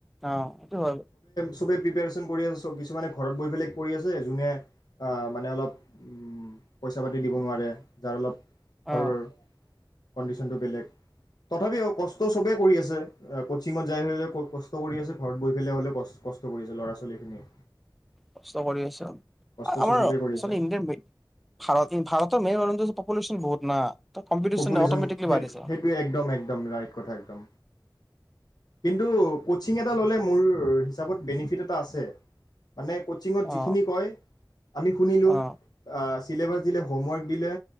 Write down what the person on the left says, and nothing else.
চবেই প্ৰিপাৰেচন কৰি আছে <unintelligible> কিছুমানে ঘৰত গৈ পেলাই কৰি আছে যোনে আ মানে অলপ উম পইচা পাতি দিব নোৱাৰে যাৰ অলপ
ঘৰৰ কণ্ডিশ্যনটো বেলেগ, তথাপিও কষ্ট চবেই কৰি আছে। অ কচিঙত যাই হলেও কষ্ট কৰি আছে, ঘৰত গৈ পেলাই হলেও কষ্ট কৰি আছে ল'ৰা ছোৱালীখিনিয়ে।
কষ্ট চবেই
কৰি আছে
পপুলেশ্যন
সেই-সেইটোৱে
একদম একদম ৰাইট কথা একদম। কিন্তু কচিং এটা ললে মোৰ হিচাপত বেনিফিট এটা আছে। মানে কোচিঙত
যিখিনি কয় আমি শুনিলোঁ,
আ চিলেবাছ দিলে হোমৱৰ্ক দিলে